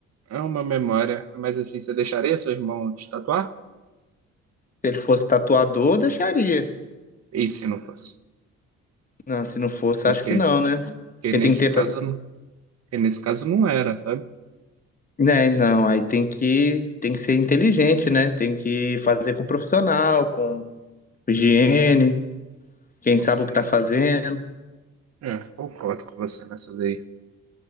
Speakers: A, on the right; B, on the left.
A: é uma memória. Mas assim, você deixaria seu irmão te tatuar?
B: ele fosse tatuador, eu deixaria.
A: E se não fosse?
B: Não, se não fosse,
A: Porque,
B: acho que não, né?
A: porque
B: Porque
A: nesse
B: tem que ter.
A: caso,
B: ta-
A: não- porque nesse caso não era, sabe?
B: Né, não, aí tem que, tem que ser inteligente, né? Tem que fazer com profissional, com higiene, quem
A: Ok.
B: sabe o que tá fazendo.
A: É, concordo com você nessa daí.